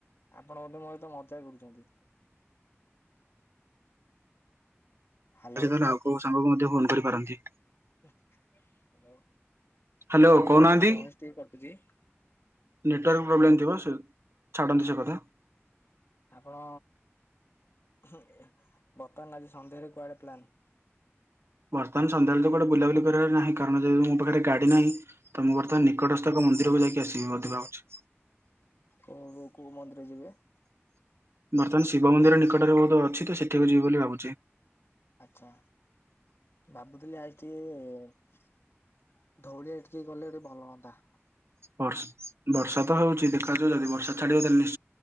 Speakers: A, on the left; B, on the right.
A: ଆପଣ ବୋଧେ ମୋ ସହିତ ମଜା କରୁଛନ୍ତି। ହ୍ୟାଲୋ।
B: ସେ ତାହାଲେ ଆଉ କଉ ସାଙ୍ଗକୁ ମଧ୍ୟ ଫୋନ୍ କରିପାରନ୍ତି।
A: ହ୍ୟାଲୋ
B: ହ୍ୟାଲୋ
A: ଆପଣଙ୍କ
B: କହୁନାହାନ୍ତି
A: ମଧ୍ୟ ଭଏସ ଟିକେ କଟୁଛି।
B: ନେଟୱାର୍କ ପ୍ରୋବ୍ଲେମ୍ ଥିବ ସେ ଛାଡ଼ନ୍ତୁ ସେ କଥା
A: ଆପଣ ବର୍ତ୍ତମାନ ଆଜି ସନ୍ଧ୍ୟାରେ କୁଆଡେ ପ୍ଲାନ୍
B: ବର୍ତ୍ତମାନ ସନ୍ଧ୍ୟା ବେଳେ ତ ବୁଲାବୁଲି କରିବାର ନାହିଁ କାରଣ ଯେହେତୁ ମୋ ପାଖରେ ଗାଡ଼ି ନାହିଁ। ତ ମୁଁ ବର୍ତ୍ତମାନ ନିକଟସ୍ଥ ଏକ ମନ୍ଦିରକୁ ଯାଇକି ଆସିବି ବୋଲି ଭାବୁଛି
A: କଉ କଉ ମନ୍ଦିର ଯିବେ?
B: ବର୍ତ୍ତମାନ ଶିବ ମନ୍ଦିର ନିକଟରେ ବହୁତ ଅଛି ତ ସେଠିକୁ ଯିବି ବୋଲି ଭାବୁଛି।
A: ଆଛା ଭାବୁଥିଲି ଆଜି ଟିକେ ଧଉଳି ଆଡ଼େ ଟିକି ଗଲେ ଭଲ ହୁଅନ୍ତା।
B: ବର୍ଷ ବର୍ଷା ତ ହଉଛି ଦେଖାଯାଉ ଯଦି ବର୍ଷା ଛାଡିବ ତାଲେ ନି